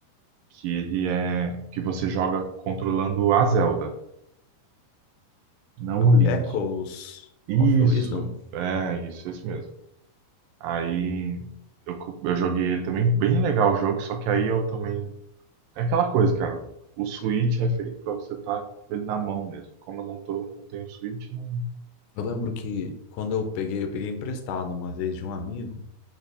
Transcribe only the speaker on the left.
É o
Echoes
of Wisdom.
Eu lembro que quando eu peguei, eu peguei emprestado uma vez de um amigo